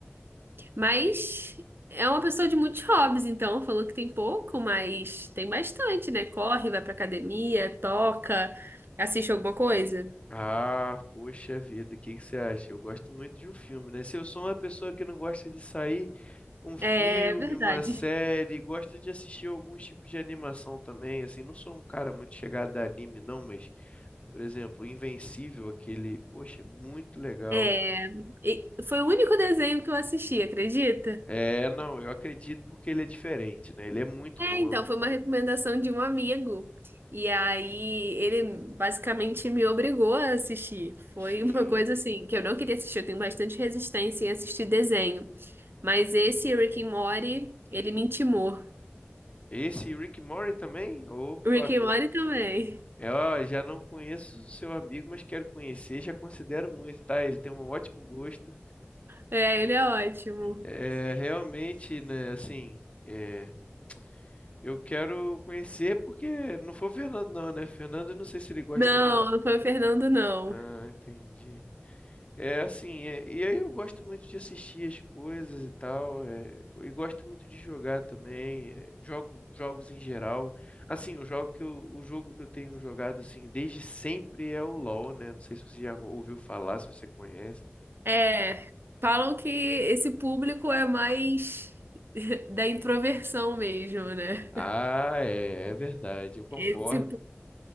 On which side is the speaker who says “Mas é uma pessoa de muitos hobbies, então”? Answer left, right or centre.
Right